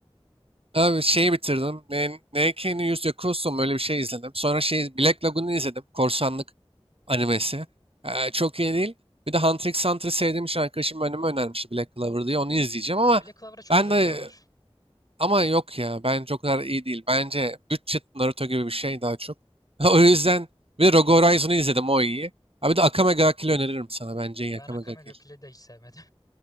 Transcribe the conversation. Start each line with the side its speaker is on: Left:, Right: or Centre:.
Right: Abi şeyi bitirdim. Ne, Neiki no Yakuso mu öyle bir şey izledim. Sonra şey Black Lagoon'u izledim. Korsanlık animesi.
Left: Hı hı.
Right: Ee, çok iyi değil. Bir de Hunter x Hunter'ı sevdiğim için arkadaşım önüme önermişti Black Clover diye. Onu izleyeceğim ama
Left: Black Clover'a çok
Right: ben
Left: güzel
Right: de
Left: diyorlar.
Right: Ama yok ya bence o kadar iyi değil. Bence Budget Naruto gibi bir şey daha çok. <laughs> O yüzden bir de Rogue Horizon'u izledim o iyi. Abi de
Left: Hı
Right: Akame
Left: hı.
Right: ga Kill'i öneririm sana bence iyi
Left: Ben
Right: Akame
Left: Akame
Right: ga Kill.
Left: ga Kill'i de hiç sevmedim.